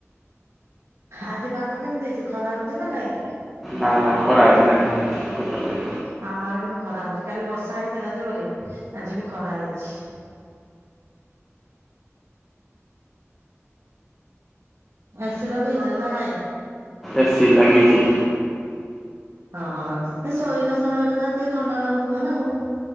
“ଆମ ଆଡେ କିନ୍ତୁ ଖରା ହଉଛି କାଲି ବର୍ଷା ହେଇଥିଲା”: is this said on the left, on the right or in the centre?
Right